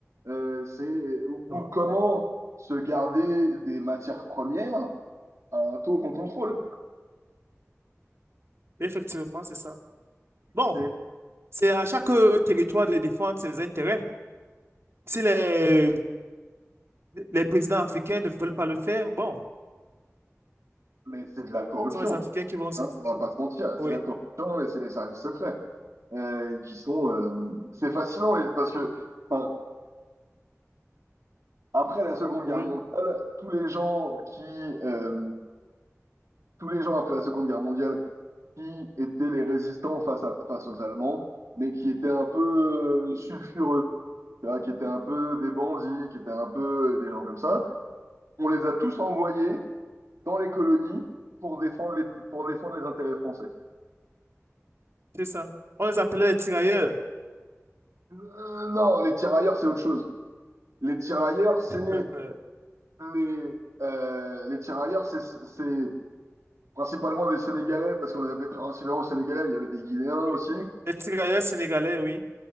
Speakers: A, on the right; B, on the right.
A: Euh, c'est ou, ou
B: Ah,
A: comment se garder des matières premières à un taux qu'on contrôle.
B: Effectivement, c'est ça. Bon,
A: C'est,
B: c'est à chaque euh, territoire de défendre ses intérêts. Si les, les présidents africains ne veulent pas le faire, bon,
A: mais c'est de la corruption,
B: ce sont les Africains qui vont souffrir.
A: hein, on va pas se mentir.
B: Oui,
A: C'est de la corruption et c'est les services secrets euh, qui sont. euh, c'est fascinant et- parce que enfin, après la Seconde Guerre
B: oui,
A: mondiale, tous les gens qui euh, tous les gens après la Seconde Guerre mondiale qui étaient les résistants face à, face aux Allemands, mais qui étaient un peu euh, sulfureux, tu vois, qui étaient un peu des bandits, qui étaient un peu euh, des gens comme ça. On les a tous envoyés dans les colonies pour défendre les, pour défendre les intérêts français.
B: c'est ça. On les appelait les tirailleurs.
A: Euh, non, les tirailleurs, c'est autre chose. Les tirailleurs, c'est
B: Euh,
A: les, euh, les tirailleurs, c'est c'est- c'est principalement des Sénégalais, parce qu'on les appelait principalement Sénégalais, mais il y avait des Guinéens
B: oui.
A: aussi. Euh,
B: les tirailleurs sénégalais, oui.